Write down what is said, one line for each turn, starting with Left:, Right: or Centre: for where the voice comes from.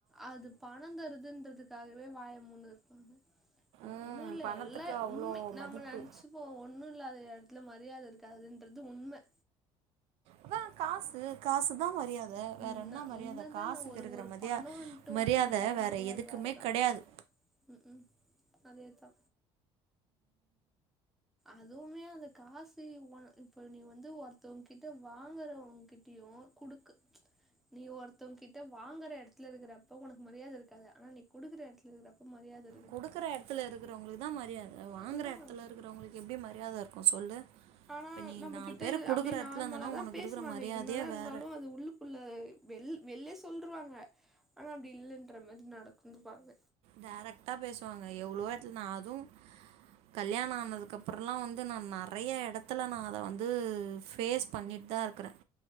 Centre: அது பணம் தருதுன்றதுக்காகவே வாய முடினு இருப்பாங்க ஒன்னும்
Right: ம்
Centre: இல்ல
Right: பணத்துக்கு
Centre: எல்லா
Right: அவ்வளோ
Centre: உம்மை நாம
Right: மதிப்பு
Centre: நெனச்சு இப்போ ஒண்ணும் இல்லாத இடத்துல மரியாத இருக்காதுன்றது உண்ம
Right: அதா காசு காசுதா மரியாத வேற
Centre: நீ
Right: வேற என்ன மரியாத
Centre: நீ என்னதான
Right: காசுக்கு
Centre: ஒரு
Right: இருக்கிற
Centre: ஒரு
Right: மரியா
Centre: பணோன்ட்டு
Right: மரியாத
Centre: ஒன்ட்டு வன்ட்டாலே
Right: வேற
Centre: மரியாத
Right: எதுக்குமே
Centre: வேறதான்
Right: கிடையாது
Centre: ம் ம் அதேதா அதுவுமே அந்த காசு இப்ப நீ வந்து ஒருத்தவங்க கிட்ட வாங்கறவங்க கிட் யோ குடுக்க நீ ஒருத்தவங்க கிட்ட வாங்கற எடத்துல இருக்கிறப்ப உனக்கு மரியாத இருக்காது ஆனா நீ குடுக்குற எடத்துல இருக்கிறப்ப மரியாத இருக்கு
Right: குடுக்கற எடத்துல இருகறவங்களுக்கு தா மரியாத வாங்ற
Centre: அதுதா
Right: எடதுல இருகறவங்களுக்கு எப்டி மரியாத இருக்கும் சொல்லு
Centre: ஆனா
Right: இப்ப நீ
Centre: நம்மகிட்ட
Right: நாலு பேரு குடுக்குற
Centre: அப்படியே
Right: எடத்துல
Centre: நார்மலாதா
Right: இருந்தனா உனக்கு
Centre: பேசுவாங்க
Right: இருக்கிற மரியாதையே
Centre: என்னதா இருந்தாலு
Right: வேற
Centre: அது உள்ளுக் உள்ள வெள் வெள்ளே சொல்ருவாங்க ஆனா அப்டி இல்லன்ற மாறி நடந்துபாங்க
Right: டைரக்டா பேசுவாங்க எவ்ளோ இடத்துல நான் அதும் கல்யாண ஆனதுக் அப்புறம்ல்லா வந்து நான் நெறய எடத்துல நான் அத வந்து ஃபேஸ் பண்ணிட்டுதா இருக்குறேன்